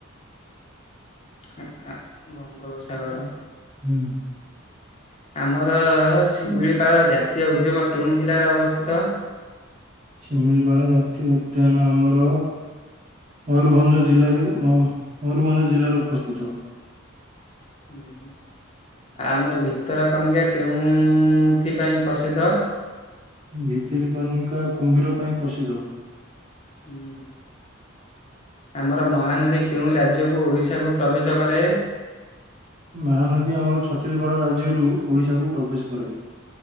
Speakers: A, on the left; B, on the right.
A: ଆ ଖା ବଙ୍ଗୋପସାଗର।
B: ହୁଁ।
A: <inaudible> ଆମର ଶିମିଳିପାଳ ଜାତୀୟ ଉଦ୍ୟମ କେଉଁ ଜିଲ୍ଲାରେ ଅବସ୍ଥିତ।
B: ଶିମିଳିପାଳ ଜାତୀୟ ଉଦ୍ୟାନ ଆମର। ମୟୂରଭଞ୍ଜ ଜିଲାରେ ମଉ ମୟୂରଭଞ୍ଜ ଜିଲ୍ଲାରେ ଉପସ୍ଥିତ।
A: ଏଁ। ଆମର ଭିତର କନିକା କେଉଁଥି ପାଇଁ ପ୍ରସିଦ୍ଧ।
B: ଭିତିରି କନିକା କୁମ୍ଭୀର ପାଇଁ ପ୍ରସିଦ୍ଧ।
A: ଉଁ। ଆମର ମହାନଦୀ କେଉଁ ରାଜ୍ୟକୁ ଓଡ଼ିଶାକୁ ପ୍ରବେଶ କରେ।
B: ମହାନଦୀ ଆମର ଛତିଶଗଡ଼ ରାଜ୍ୟରୁ ଓଡ଼ିଶାକୁ ପ୍ରବେଶ କରେ।